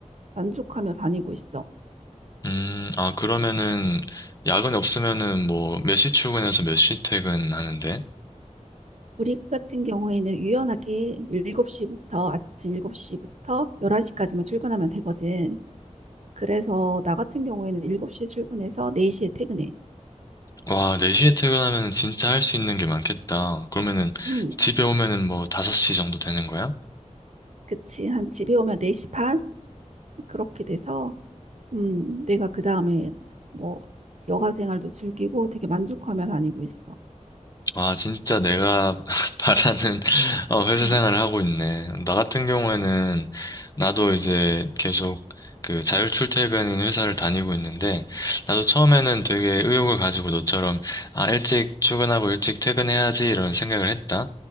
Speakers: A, on the right; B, on the left.
A: 만족하며 다니고 있어.
B: 음, 아, 그러면은, 야근 없으면은 뭐, 몇 시 출근해서 몇 시 퇴근하는데?
A: 우리 같은 경우에는 유연하게 7시부터 아침 7시부터 11시까지만 출근하면 되거든. 그래서 나 같은 경우에는 7시에 출근해서 4시에 퇴근해.
B: 와, 4시에 퇴근하면 진짜 할 수 있는 게 많겠다. 그러면은,
A: 음,
B: 집에 오면은 뭐, 5시 정도 되는 거야?
A: 그치. 한 집에 오면 4시 반? 그렇게 돼서 음, 내가 그 다음에 뭐 여가 생활도 즐기고 되게 만족하며 다니고 있어.
B: 아, 진짜 내가 <laughs> 바라는 어, 회사
A: 음,
B: 생활을 하고 있네. 나 같은 경우에는 나도 이제 계속 그 자율 출퇴근인 회사를 다니고 있는데 나도 처음에는 되게 의욕을 가지고 너처럼 아, 일찍 출근하고 일찍 퇴근해야지 이런 생각을 했다.